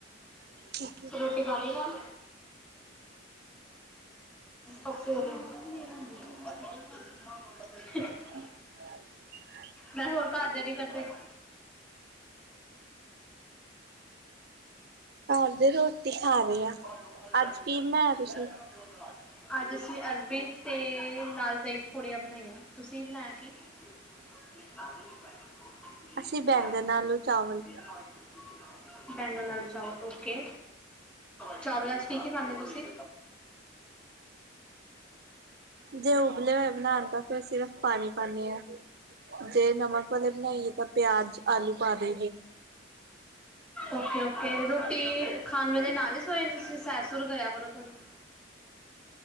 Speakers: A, on the right; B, in the centre.
A: ਘਰ
B: ਰੋਟੀ ਖਾ ਲਈ ਮੈਮ ਔ ਕੇ <unintelligible>
A: <inaudible>
B: ਮੈਂ ਹੋਰ ਘਰ ਦੇ ਕੀ ਕਰਦੇ। <inaudible>
A: ਦੇ ਰੋਟੀ ਖਾ। ਰਹੇ
B: ਅਜ
A: ਆ। ਅੱਜ ਕੀ ਬਣਾਇਆ ਤੁਸੀਂ?
B: ਅਜ ਅਸੀ ਅਰਬੀ ਤੇ ਨਾ ਅਸੀ ਦਹੀਂ ਪਕੌੜੀਆਂ ਬਣਾਈਆਂ। ਤੁਸੀਂ ਬਣਾਇਆ ਕੀ? <unintelligible>
A: ਅਸੀਂ ਬੈਂਗਣ ਆਲੂ ਚਾਵਲ
B: ਬੈਂਗਨ ਨਾਲ ਚਾਵਲ ਓਕੇ। ਚਾਵਲਾਂ ਚ ਕੀ ਕੀ ਪਾਦੇ ਤੁਸੀਂ।
A: ਜੇ ਉਬਲੇ ਹੋਏ ਬਣਾਣ ਤਾਂ ਫਿਰ ਸਿਰਫ ਪਾਣੀ ਪਾਨੇ ਹਾਂ। ਜੇ ਨਮਕ ਵਾਲੇ ਬਣਾਈਏ ਤਾਂ ਪਿਆਜ ਆਲੂ ਪਾ ਦੇ।
B: ਓਕੇ- ਓਕੇ ਰੋਟੀ ਖਾਣ ਵੇਲੇ ਨਾਲ ਹੀ ਸੋਏ ਨ ਦੇ ਤੁਸੀਂ। ਸੈਸ ਸ਼ੁਰੂ ਕਰਿਆ ਕਰੋ ਥੋੜੀ।